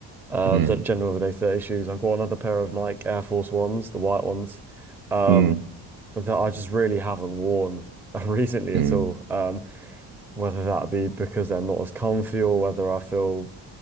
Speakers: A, in the centre; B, on the right.
A: um,
B: mm,
A: the general day to day shoes. I've got another pair of Nike Air Force Ones, the white ones, um,
B: mm,
A: that I just really haven't worn <laughs> recently at
B: mm,
A: all. Um, whether that be because they're not as comfy or whether I feel